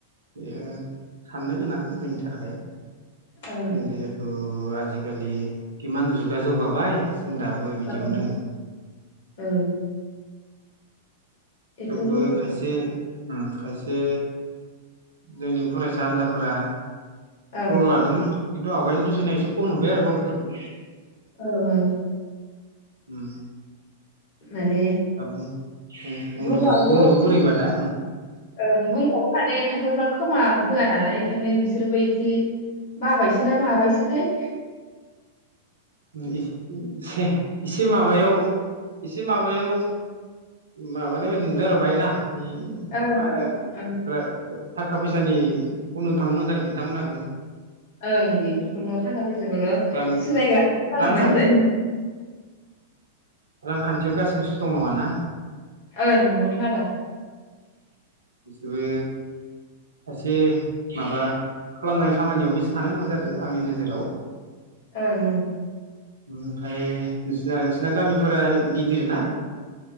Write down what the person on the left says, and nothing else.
ओं
ओं
ओं बेफोरखौ
ओं
ओं ओं
माने
बुंबाबो
ओं बुंबाबो माने खायफाफ्रा खोमा होआ नालाय ओंखायनो बिसोरबो इदि बाबायसोना माबायसोथाय
ओं
ओं
ओं बेफोरखौल थाखा फैसाखौल
सिनायग्रा जालांबाय
होनदो
ओं नंगौथ' आरो
ओं ओं